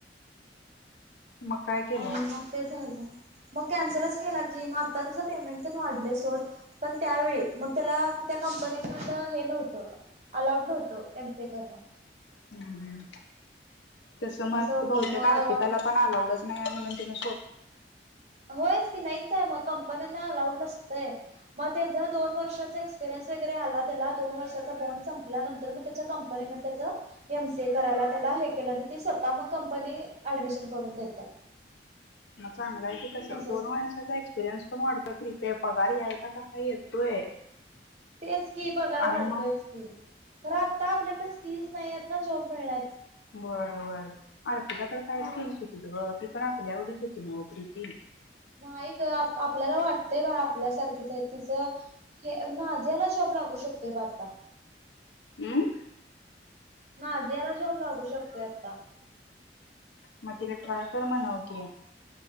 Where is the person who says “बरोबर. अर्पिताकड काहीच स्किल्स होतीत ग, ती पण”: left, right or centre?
Left